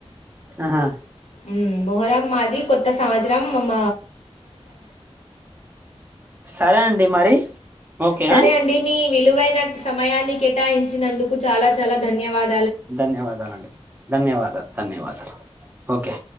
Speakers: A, on the right; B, on the left.
A: ఆహా
B: ఉం మొహరం మాది కొత్త సంవత్సరం మమ
A: సరే అండి మరి ఓకే
B: సరే
A: ఆ
B: అండి మీ విలువైన సమయాన్ని కేటాయించినందుకు చాలా చాలా ధన్యవాద్
A: ధన్యవాదాలు అండి ధన్యవాదాలు ధన్యవాదాలు ఓకే